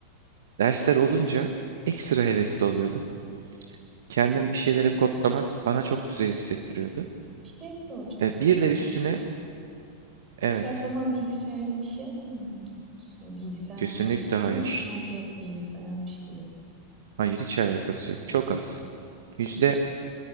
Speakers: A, on the right; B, on the right.
A: dersler olunca ekstra hevesli oluyordum. Kendim bir şeyleri kodlamak bana çok güzel hissettiriyordu.
B: Bir şey soracağım
A: E, bir
B: bir saniye.
A: de üstüne evet
B: Her zaman bilgisayardan iş yapmıyor muydunuz? Hani bilgisayar
A: kesinlikle
B: mühendisliği
A: hayır.
B: olunca sanki hep bilgisayarmış gibi.
A: Hayır hiç alakası yok. Çok az. Yüzde